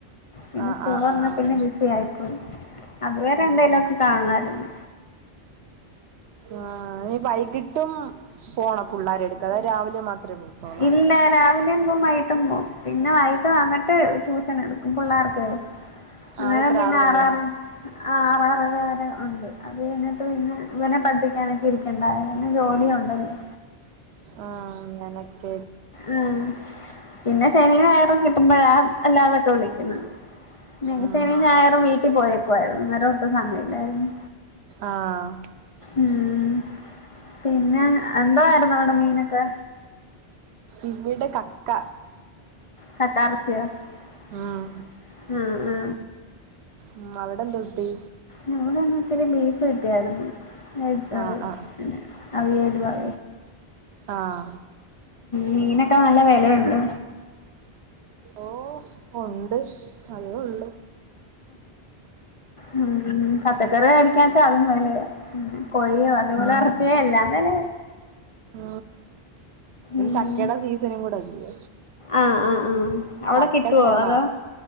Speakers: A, on the left; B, on the right.
A: പിന്നെ
B: ആഹ്
A: സ്കൂൾ
B: ആഹ്
A: പറഞ്ഞ
B: ആഹ് ആഹ്
A: പിന്നെ ബിസി ആയിപ്പോയി അതുവരെ
B: ഉം
A: എന്തായലും ഒക്കെ കാണണരുന്നു
B: ആ ന നീ വൈകിട്ടും പോണ പിള്ളരെ എടുക്ക അതായ രാവിലെ പോത്തോളോ
A: ഇല്ല രാവിലെുമ്പ വൈട്ടും പോ പിന്നെ വൈകട്ട് വാങ്ങിട്ട് ട്യൂഷൻ എടുക്കും പിള്ളേർക്ക്
B: നാളെ
A: അന്നേരം
B: എത്ര
A: പിന്നെ
B: ആറ് മണി
A: ആറാ
B: വരെ
A: ആറാരെ ഉണ്ട് അത് എന്നിട്ട് പിന്നെ ഇവനെ പഠിപ്പിക്കാനൊക്കെ ഇരിക്കണ്ട പിെ ജോലിയ ഉണ്ടല്ലോ
B: ആ നിനക്ക്
A: ഉം പിന്നെ ശനന് വയറ കിട്ടുമ്പോഴാ അല്ലാതൊക്കെ വിളിക്കുന്നു നെസന
B: ഉം
A: ഞായറും വീട്ടിൽ പോയേക്കുവായിരുന്നു അങ്ങര ഒട്ടും സമയല്ലായിരുന്നു
B: ആഹ്
A: ഉം പിന്നെ എന്തോയിരുന്നു അവിടെ മീനൊക്കെ
B: ഇവിടെ കക്ക
A: കക്കറച്ച ആ
B: ഉം
A: ആ
B: ഉം അവിടെ എന്ത് കിട്ടി
A: ഞവിടെന്ന് ഇത്തിരി ബീഫ് കിട്ടിയരുന്നു എിച്ച
B: ആഹ് ആഹ്
A: പിന്നെ അവ എരുവക
B: ആഹ
A: മീനൊക്കെ നല്ല വിലയുല്ലോ
B: ഓ ഉണ്ട് അതും ഉണ്ട്
A: ഉ പച്ചക്കറി മേടിക്കാച്ച അതും പോലേ ഉ കോഴിയോ അതേപോലെ ഇറത്തിയോ എല്ലാന്നല്ലേ
B: ഉ പിെ
A: ഉം
B: ചക്കയുടെ സീസണും കൂടെല്ല
A: ആഹ് ആഹ് ആഹ് അവിടെ
B: ചക്ക
A: കിട്ടുവോ
B: ശരണ
A: അതോ